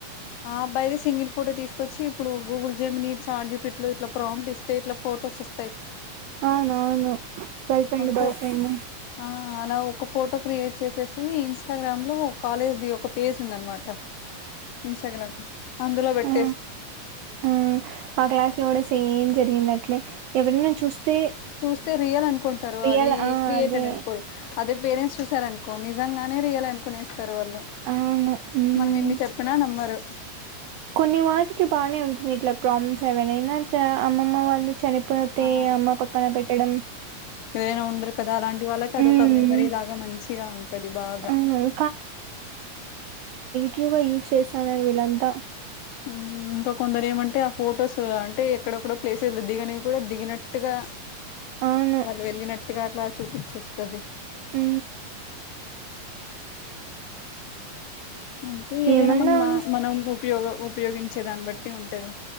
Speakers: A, on the left; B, on the right.
A: ఆ అబ్బాయిది సింగిల్ ఫోటో తీసుకు వచ్చి ఇప్పుడు గూగుల్ జేమినీ చార్జిపిట్లు ఇట్ల ప్రంప్టిస్తే ఇట్లా ఫోటోస్ వస్
B: అవునవును గర్ల్ ఫ్రెండ్ బాయ్
A: ఫో
B: ఫ్రెండ్
A: ఆ అలా ఒక ఫోటో క్రియేట్ చేసేసి ఇన్స్టాగ్రామ్ లో కాలేజ్ ది ఒక పేజ్ ఉంది అనమాట్ ట ఇన్స్టాగ్రామ్ అందులో పెట్
B: ఆ ఆ మా క్లాస్ లో గూడా సే సేమ్ జరిగింది అట్లే ఎవరైనా చూస్తే
A: స్తే రియల్ అన్ నుకుంటారు
B: రియల్
A: అది
B: ఆ!
A: క్రియేటే
B: అదే.
A: నని అనుకోరు అదే పేరెంట్స్ చూసారను కొ నిజంగానే రియల్ అను కొనే త్తారు వాళ్ళు
B: అవును. హ్మ్.
A: మనం ఎన్ని చెప్పినా నమ్మరు
B: కొన్ని వాటికి బానే ఉంటుంది ఇట్లా ప్రామ్స్ ఏవనైనా చ అమ్మమ్మ వాళ్ళు చని పోతే
A: ఆ
B: అమ్మ పక్కన పెట్టడం
A: ఏవరయినా ఉండర్ కదా అలాంటి వాళ్ళకి
B: హ్మ్.
A: అదొక మెమరీ లాగా మంచిగా ఉంటది బాగా
B: అవును. క్యూబా యూస్ చేశినారు వీళ్లంతా.
A: హ్మ్. ఇంకా కొందరు ఏమంటే ఆ ఫొటోస్ అంటే ఎక్కడొక్కడో ప్లేసులు, దిగనవి కూడా దిగినట్టుగా.
B: అవును.
A: వాళ్ళు వెళ్ళినట్టుగా అట్లా స్ చూపిచ్చేస్తది.
B: ఊ.
A: అంటే ఏదైనా
B: ఏమన్నా
A: మన్నా మనం మువ్ పయోగ్ ఉపయోగించే దాన్ని బట్టి ఉంటది.